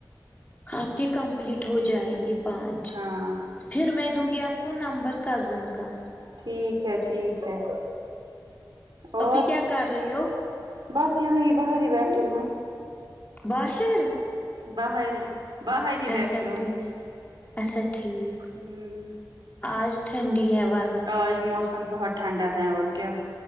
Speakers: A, on the left; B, on the right.
A: آپ کے کمپلیٹ ہو جائیں گے پانچ
B: ہاں
A: پھر میں دوں گی اب وہ نمبر کزن کا
B: ٹھیک ہے ٹھیک ہے اور
A: ابھی کیا کر رہیو
B: بس یوں ہی باہر ہی بیٹھی ہوں
A: <unintelligible>
B: باہر ہے باہر ہی
A: اچھا
B: بیٹھی ہوں
A: ٹھیک اچھا ٹھیک
B: ہوں
A: آج ٹھنڈی ہوا
B: آج موسم بہت ٹھنڈا ہے اور کیا